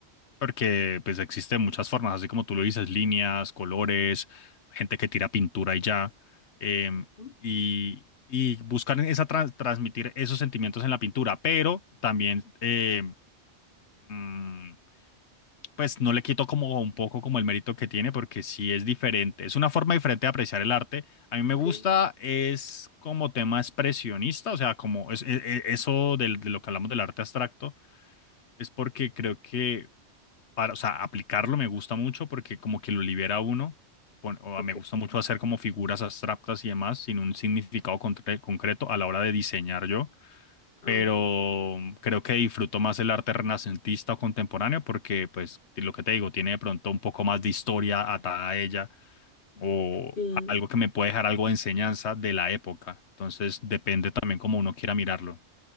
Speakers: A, on the left; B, on the left.
A: Porque pues existen muchas formas, así como tú lo dices, líneas, colores, gente que tira pintura y ya. em,
B: Ujú,
A: y, y buscar esa tra- transmitir esos sentimientos en la pintura, pero también em, mm, pues no le quito como un poco como el mérito que tiene, porque sí es diferente. Es una forma diferente de apreciar el arte. A mí me
B: Ok,
A: gusta, es como tema expresionista, o sea, como es, e- e- eso del- de lo que hablamos del arte abstracto, es porque creo que para, o sea, aplicarlo me gusta mucho porque como que lo libera a uno, pon- o a-
B: ok,
A: me gusta mucho hacer como figuras abstractas y demás sin un significado concre- concreto a la hora de diseñar yo,
B: ok.
A: pero mm, creo que disfruto más el arte renacentista o contemporáneo porque, pues, lo que te digo, tiene de pronto un poco más de historia atada a ella o
B: Sí.
A: a- algo que me puede dejar algo de enseñanza de la época. Entonces, depende también cómo uno quiera mirarlo.